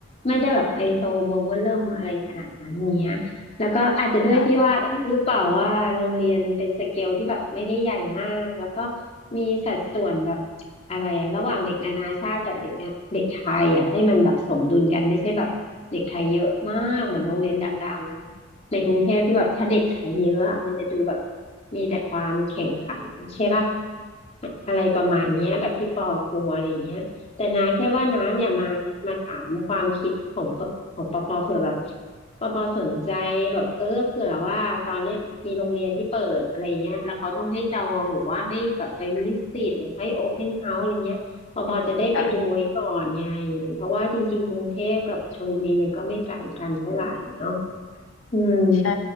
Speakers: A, on the left (about 30°); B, on the left (about 80°).
A: ไม่ได้แบบไฮโซโบว์เวอร์เริ่มอะไรขนาดนั้นเนี้ย แล้วก็อาจจะด้วยที่ว่าเอ๊ะหรือเปล่าว่าโรงเรียนมันเป็นสเกลที่แบบไม่ได้ใหญ่มากแล้วก็
B: ค่ะ
A: มีสัดส่วนแบบอะไรระหว่างเด็กนานาชาติกับเด็กเนี่ยเด็กไทยอ่ะให้มันแบบสมดุลกันไม่ใช่แบบเด็กไทยเยอะมากเหมือนโรงเรียนดังๆในกรุงเทพที่แบบถ้าเด็กไทยเยอะอะมันจะดูแบบมีแต่ความแข่งขันใช่ป่ะอะไรประมาณเนี้ยแบบที่ปอกลัวอะไรเงี้ย แต่นาแค่ว่าน้าเนี่ยมามาถามความคิดของปของปอปอเผื่อแบบปอปอสนใจแบบเออเผื่อว่าตอนเนี้ยมีโรงเรียนที่เปิดอะไรเงี้ยแล้วเขาต้องให้จองหรือว่าให้แบบไปวิสิตหรือให้โอเพนเฮาส์อะไรเงี้ยปอปอจะได้ไปดูไว้ก่อนไง
B: อืมค่ะ
A: เพราะว่าจริงๆกรุงเทพกับชลบุรีมันก็ไม่ไกลกันเท่าไหร่เนาะอืม
B: ใช่